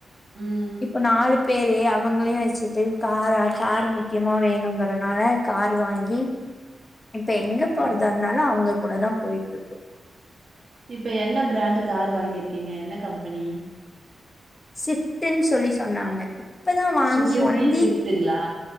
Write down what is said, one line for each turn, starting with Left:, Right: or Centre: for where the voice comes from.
Right: ம்
Left: இப்போ நாலு பேரு அவ் அவுங்களையு வெச்சிட்டு காரா காருமம் முக்கியமா வேணுங்குறனால கார் வாங்கி இப்ப எங்கு
Right: ஓ
Left: போறதா இருந்தாலு அவுங்க கூடதாப் போயிட்டு போ
Right: இப்ப என்ன பிராண்டு் கார் வாங்கிருக்கீங்க என்ன கம்பெனி
Left: சிப்ட்டுன் சொல்லி சொன்னாங்க இப்பதா வாங்கி
Right: சுசுகி
Left: ஒன் வீக்
Right: சிஃப்ட்டுங்களா